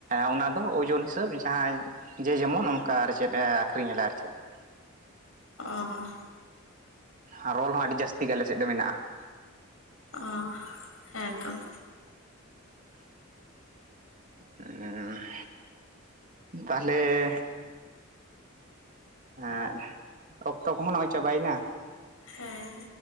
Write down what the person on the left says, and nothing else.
ᱚᱻ
ᱚ ᱦᱮᱸ ᱛᱚ ᱾
ᱦᱮᱸ